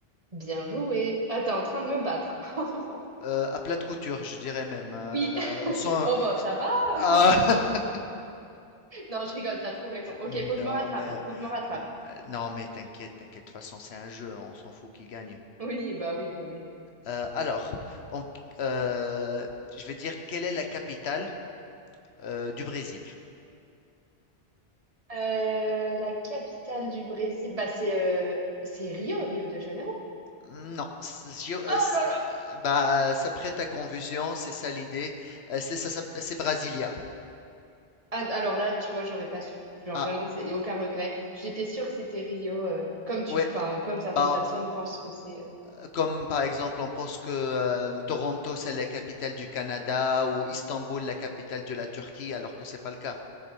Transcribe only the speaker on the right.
Bien joué. Ah, t'es en train de me battre. <laughs>
Oui.
Oh, bon, ça va.
<laughs>
Non, je rigole, t'as trop raison. Ok,
faut que je me rattrape
là. Faut que je me rattrape.
Oui, bah oui, oui, oui.
Euh, la capitale du Brésil, bah c'est euh, c'est Rio, Rio de Janeiro.
Oh
là là!
Ah, alors là, tu vois, j'aurais pas su. Genre
vraiment, c'est aucun regret. J'étais sûre que c'était Rio, euh, comme tu,
enfin,
comme certaines
personnes pensent que c'est euh,